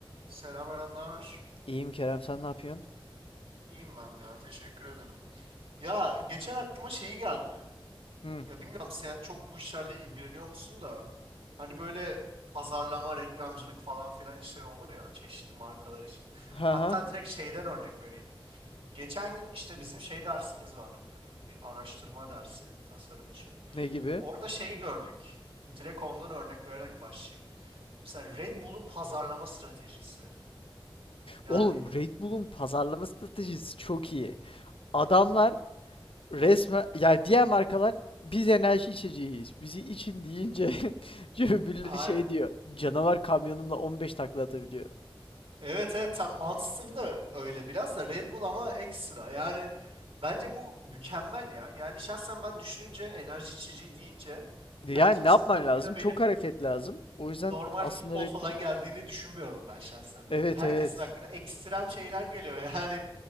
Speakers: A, on the right; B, on the left.
A: Selam Eren, ne haber?
B: İyiyim Kerem sen ne yapıyorsun?
A: İyiyim ben de ya, teşekkür ederim. Ya geçen aklıma şeyi geldi.
B: Hı.
A: Ya bilmiyorum sen çok bu işlerle ilgileniyor musun da. Hani böyle pazarlama, reklamcılık falan filan işleri olur ya çeşitli markalar için.
B: Ha
A: Hatta
B: ha.
A: direkt şeyden örnek vereyim. Geçen gün işte bizim şey dersimiz var. e, Bir araştırma dersi tasarım için.
B: Ne gibi?
A: Orada şeyi gördük. Direkt ondan örnek vererek başlayayım. Mesela Red Bull'un pazarlama stratejisi. Yani
B: Oğlum Red Bull'un pazarlama stratejisi çok iyi. Adamlar
A: Aha.
B: resmen yani diğer markalar biz enerji içeceğiyiz. Bizi için deyince <laughs> öbürleri
A: Aynen.
B: şey diyor. Canavar kamyonumla 15 takla atabiliyor.
A: Evet evet tam Monster da öyle biraz da Red Bull ama ekstra. Yani bence bu mükemmel ya. Yani şahsen ben düşününce enerji içeceği deyince
B: Yani
A: hani kimsenin
B: ne yapman
A: hakkına
B: lazım? Çok
A: benim
B: hareket lazım. O yüzden
A: normal
B: aslında
A: futbol
B: Red
A: falan
B: Bull'un küçük.
A: geldiğini düşünmüyorum ben şahsen.
B: Evet
A: Herkesin
B: evet.
A: hakkına ekstrem şeyler geliyor. <laughs> Yani